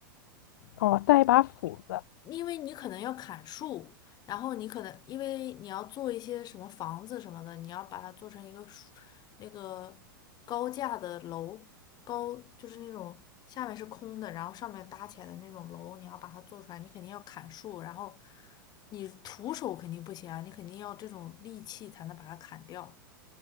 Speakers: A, on the left; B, on the left.
A: 哦，带一把斧子。
B: 因为你可能要砍树，然后你可能因为你要做一些什么房子什么的，你要把它做成一个树那个高架的楼，高就是那种下面是空的，然后上面搭起来的那种楼，你要把它做出来，你肯定要砍树，然后你徒手肯定不行啊，你肯定要这种利器才能把它砍掉。